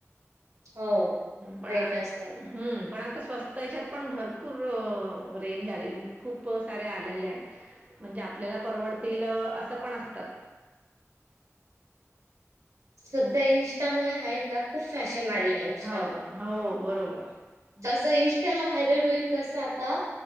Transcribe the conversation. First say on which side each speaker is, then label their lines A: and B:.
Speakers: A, on the right; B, on the right.
A: हो,
B: म्हणा
A: रेट असतात.
B: हा पण आता स्वस्त याच्यात पण भरपूर रेंज आलेली खूप सारे आलेले आहे. म्हणजे आपल्याला
A: हो
B: तेलं असं पण असतात.
A: सध्या इन्स्टामुळे आहे का खूप फॅशन फॅशन वाढली इन्स्टामुळे
B: हो, हो बरोबर.
A: जस इन्स्टाला व्हायरल होईल तस आता